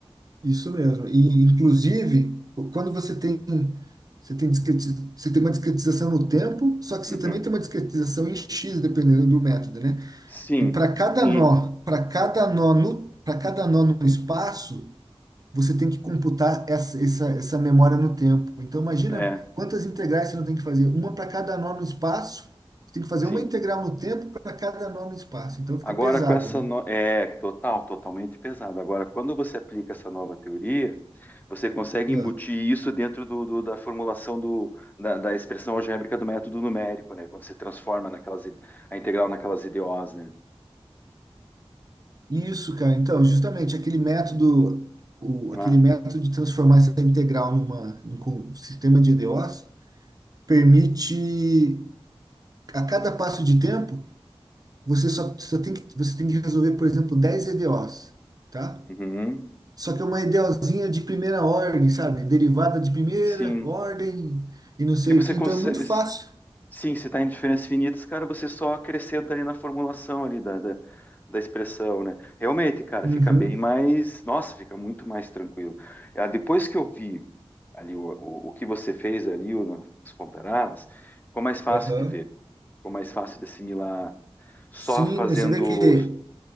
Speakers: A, on the right (about 40°); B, on the left (about 15°).
A: Isso mesmo. E, inclusive, quando você tem, você tem, discreti- você tem uma discretização no tempo, só que
B: Uhum.
A: você também tem uma discretização em x, dependendo do método, né?
B: Sim,
A: E para cada
B: sim,
A: nó, para cada nó no, para cada nó no espaço, você tem que computar essa, essa, essa memória no tempo. Então, imagina
B: é,
A: quantas integrais você não tem que fazer. Uma para cada nó no espaço, você tem que fazer
B: sim.
A: uma integral no tempo para cada nó no espaço. Então, fica
B: Agora
A: pesado,
B: com essa
A: né?
B: no- é total, totalmente pesado. Agora, quando você aplica essa nova teoria, você consegue embutir
A: Ah.
B: isso dentro do, do- da formulação do, da, da expressão algébrica do método numérico, né? Quando você transforma naquelas i- a integral naquelas IDOs, né?
A: Isso, cara. Então, justamente aquele método, o- aquele
B: Ah,
A: método de transformar essa integral numa, num com- sistema de EDOs permite, a cada passo de tempo, você só, só tem que, você tem que resolver, por exemplo, dez EDOs, tá?
B: uhum,
A: Só que é uma EDOzinha de primeira ordem, sabe? Derivada de primeira
B: sim,
A: ordem e não sei
B: que você
A: o que.
B: consegue.
A: Então é muito fácil.
B: Sim, se está em diferenças finitas, cara, você só acrescenta ali na formulação ali da, da, da expressão, né? Realmente, cara,
A: Uhum.
B: fica bem mais. Nossa, fica muito mais tranquilo. Ah, Depois que eu vi ali o, o, o que você fez ali, o- as comparadas, ficou mais fácil
A: Aham.
B: de ver, ficou mais fácil de assimilar. Só
A: Sim,
B: fazendo,
A: né, você vê que